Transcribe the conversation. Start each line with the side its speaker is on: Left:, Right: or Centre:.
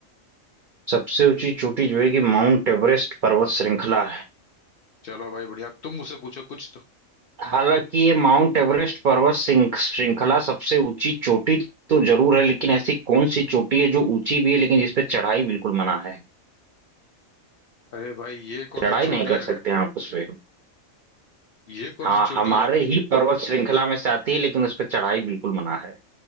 Right: सबसे ऊंची चोटी जो है कि माउंट एवरेस्ट पर्वत श्रृंखला
Left: चलो भाई बढ़िया तुम मुझसे पूछो कुछ तो
Right: हालांकि ये माउंट एवरेस्ट पर्वत श्रृंख- श्रृंखला सबसे ऊंची चोटी तो जरूर है लेकिन ऐसी कौन सी चोटी है जो ऊंची भी है लेकिन जिस पे चढ़ाई बिल्कुल मना है
Left: अरे भाई ये कौन
Right: चढ़ाई
Left: सी चोटी
Right: नहीं कर
Left: आ
Right: सकते
Left: गई
Right: हैं आप उस पे
Left: ये कौन
Right: हाँ
Left: सी चोटी
Right: हमारे
Left: है
Right: ही पर्वत श्रृंखला में से आती है लेकिन उस पे चढ़ाई बिल्कुल मना है